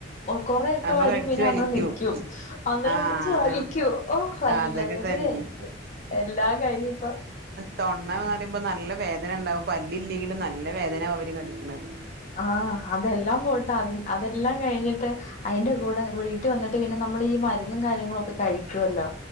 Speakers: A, on the left; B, on the right.
A: കൊറെക്കെ
B: അപ്പൊ
A: വരും
B: കടിച്ചു
A: പിന്നെ
B: വലിക്കും
A: അന്ന് നിക്കും അന്നേരം
B: ആഹ്
A: പിടിച്ചു വലിക്കും
B: അതാണ്
A: ഓഹ് നല്ല
B: ആഹ് അതൊക്കെ
A: വേദനായിരുന്നു
B: തന്നെ
A: എല്ലാം കഴിഞ്ഞിപ്പ
B: തൊണ്ണ ന്ന് പറയുമ്പം നല്ല വേദന ഉണ്ടാവും പല്ല്ല്ലങ്കിലും നല്ല വേദന അവര് കടിക്ക്‌ണത്
A: ആഹ് അതെല്ലാം പോട്ട അ അതെല്ലാം കഴിഞ്ഞിട്ട് അഴിന്റെ കൂടെ വീട്ട് വന്നിട്ട് പിന്നെ നമ്മള് ഈ മരുന്നും കാര്യങ്ങളും കഴിക്കൊല്ലോ